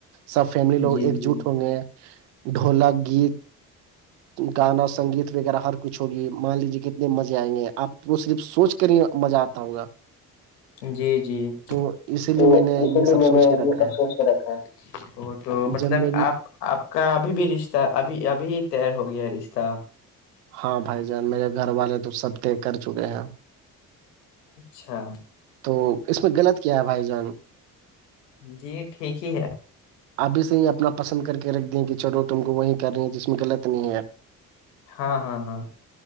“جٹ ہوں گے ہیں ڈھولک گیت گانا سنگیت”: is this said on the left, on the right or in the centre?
Right